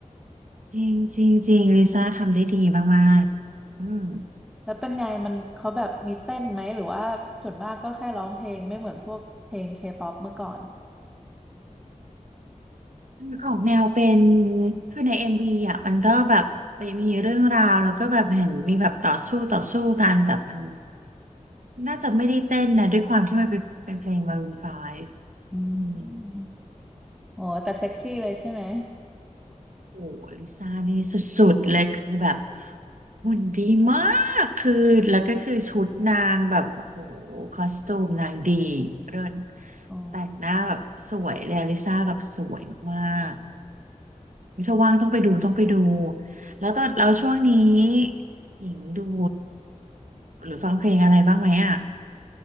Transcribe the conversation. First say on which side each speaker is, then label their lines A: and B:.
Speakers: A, on the right; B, in the centre.
A: จริงจริงจริงลิซ่าทำได้ดีมากๆอืม
B: แล้วเป็นไงมันเขาแบบมีเต้นไหมหรือว่าส่วนมากก็แค่ร้องเพลงไม่เหมือนพวกเพลงเคป๊อปเมื่อก่อน
A: มันออกแนวเป็น คือในเอ็มวีอ่ะมันก็แบบไปมีเรื่องราว แล้วก็แบบเห็นมีแบบต่อสู้ต่อสู้กัน แต่มันน่าจะไม่ได้เต้นนะ ด้วยความที่มันเป็นเป็นเพลง Maroon 5
B: อื
A: อืม
B: มโอ้แต่เซ็กซี่เลยใช่ไหม
A: โอ้ลิซ่านี่สุดๆเลยคือแบบหุ่นดีมากคือแล้วก็คือชุดนางแบบโอ้โหคอสตูมนางดีเริน
B: อ๋อ
A: แต่งหน้าแบบสวยเลยลิซ่าแบบสวยมาก ถ้าว่างต้องไปดูต้องไปดูแล้วตอนเราช่วงนี้หญิงดูหรือฟังเพลงอะไรบ้างไหมอ่ะ